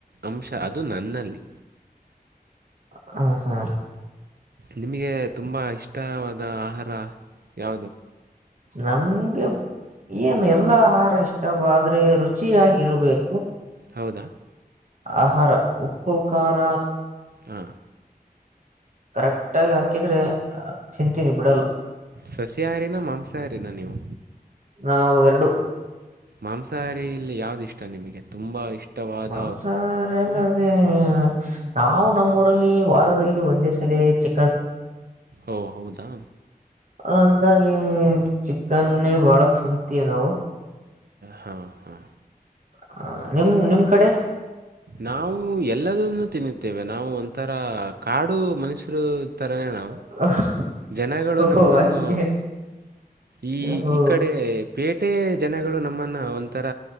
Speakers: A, on the right; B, on the right.
A: ಅಂಶ ಅದು ನನ್ನಲ್ಲಿ
B: ಹ ಹಾ
A: ನಿಮಗೆ ತುಂಬ ಇಷ್ಟವಾದ ಆಹಾರ ಯಾವುದು
B: ನಮ್ಗೆ ಏನು ಎಲ್ಲಾ ಆಹಾರ ಇಷ್ಟವಾದ್ರೆ ರುಚಿಯಾಗಿ ಇರ್ಬೇಕು.
A: ಹೌದಾ
B: ಆಹಾರ ಉಪ್ಪು ಖಾರ
A: ಹಾ
B: ಕರೆಕ್ಟ್ ಆಗಿ ಹಾಕಿದ್ರೆ ತಿಂತೀನಿ ಬಿಡಲ್ಲ.
A: ಸಸ್ಯಾಹಾರಿನ ಮಾಂಸಾಹಾರಿನ ನೀವು.
B: ನಾವು ಎರಡು
A: ಮಾಂಸಾಹಾರಿ ಇಲ್ಲಿ ಯಾವ್ದ ಇಷ್ಟ. ನಿಮಗೆ ತುಂಬ ಇಷ್ಟವಾದ
B: ಮಾಂಸಾಹಾರಿಯಲ್ಲಿ ಅದೇ ನಾವು ನಮ್ಮ್ ಊರಲ್ಲಿ ವಾರದಲ್ಲಿ ಒಂದೇ ಸಲಿ ಚಿ
A: ಓ ಹೌದಾ
B: ಹಂಗಾಗಿ ಚಿಕನ್ನೇ ಬಾಳ ತಿಂತೀವಿ ನಾವು.
A: ಹಾ ಹಾ
B: ಹ ನಿಮ ನಿಮ್ ಕಡೆ
A: ನಾವು ಎಲ್ಲದನ್ನು ತಿನ್ನುತ್ತೇವೆ ನಾವು ಒಂಥರ ಕಾಡು ಮನುಷ್ಯರು. ಥರನೇ
B: <unintelligible>
A: ನಾವು ಜನಗಳು
B: ಓಹೋ
A: ನಮ್ಮನ್ನು
B: ಹಂಗೆ
A: ಈ
B: ಓಹೋ
A: ಈ ಕಡೆ ಪೇಟೆ ಜನಗಳು ನಮ್ಮನ್ನ ಒಂಥರ